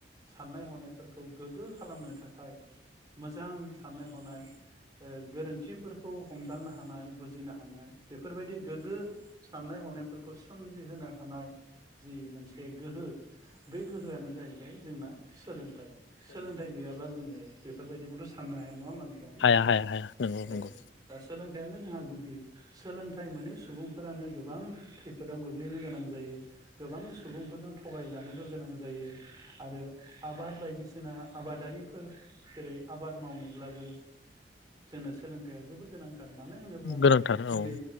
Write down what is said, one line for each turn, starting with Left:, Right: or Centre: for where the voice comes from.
Right: साननाय हनायफोरखौ गोग्गो खालामनो थाखाय मोजां साननाय हनाय ओ गोरोन्थिफोरखौ हमदांनो हानाय बुजिनो हानाय बेफोरबायदि गोग्गो साननाय हनायफोरखौ सोमजिहोनो हानाय जि मोनसे गोहो बे गोहोआनो जाहैबाय जोंना सोलों सोलोंथाइ गैयाब्ला जोङो बे बेफोरबायदिखौथ' सान हाया नङा होनबा औ
Left: हाया हाया हाया नंगौ नंगौ
Right: दा सोलोंथाइआनो जोंहा गुदि सोलोंथाइ मोनै सुबुंफोरानो गोबां खैफोदाव गोग्लैनो गोनां जायो गोबां सुबुंफोरजों थगायजानोबो गोनां जायो आरो आबाद बायदिसिना आबादारिफोर जेरै आबाद मावनोब्लाबो जोंनो सोलोंथाइया जोबोद गोनां। मानो होनोब्ला
Left: गोनांथार
Right: दिनै
Left: औ